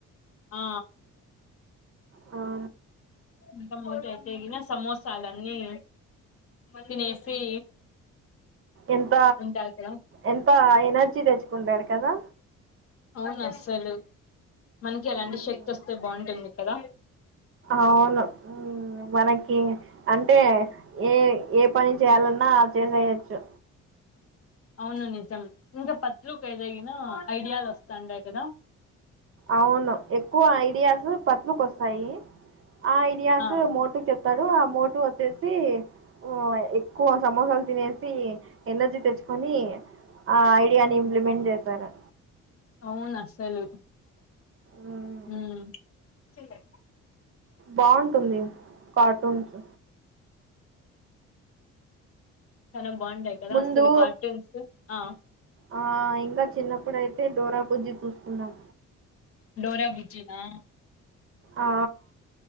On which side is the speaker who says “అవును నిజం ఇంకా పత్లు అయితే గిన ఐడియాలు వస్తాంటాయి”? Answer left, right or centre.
Left